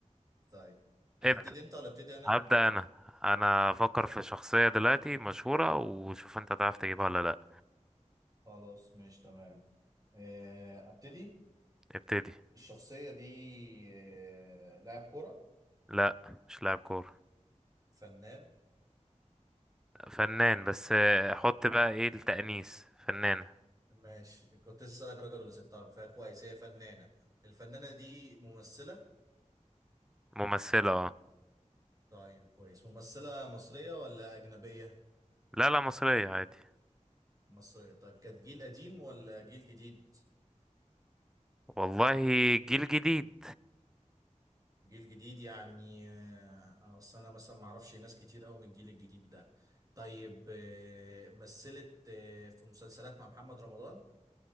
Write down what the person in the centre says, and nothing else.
ابدأ
هبدأ انا انا افكر في شخصية دلوقتي مشهورة وشوف انت تعرف تجيبها ولا لا
ابتدي
لا مش لاعب كورة
فنان بس آه، حط بقى ايه التأنيث فنانة
ممثلة اه
لا لا مصرية عادي
والله جيل جديد